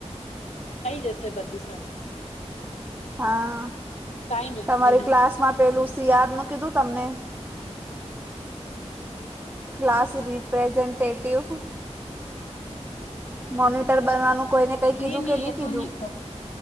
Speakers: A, on the left; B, on the right.
A: થઈ જશે બધું સારું.
B: હા
A: ટાઈમ લાગશે
B: તમારી
A: એમાં
B: ક્લાસ માં પેલું શિયાળ નું કીધું તમને
A: હ <unintelligible>
B: ક્લાસ રિપ્રેઝન્ટેટિવ- મોનિટર બનવાનું કોઈને કઈ
A: ની
B: કીધું
A: ની
B: કે નહી
A: એ તો
B: કીધું?
A: ની